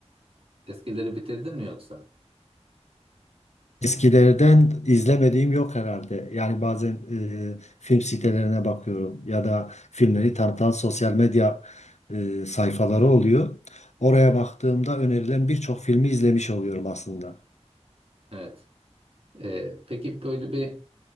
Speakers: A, on the right; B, on the left.
A: Eskileri bitirdin mi yoksa?
B: Eskilerden izlemediğim yok herhalde. Yani bazen e, film sitelerine bakıyorum ya da filmleri tanıtan sosyal medya e, sayfaları oluyor. Oraya baktığımda önerilen birçok filmi izlemiş oluyorum aslında.
A: Evet. Ee, peki böyle bir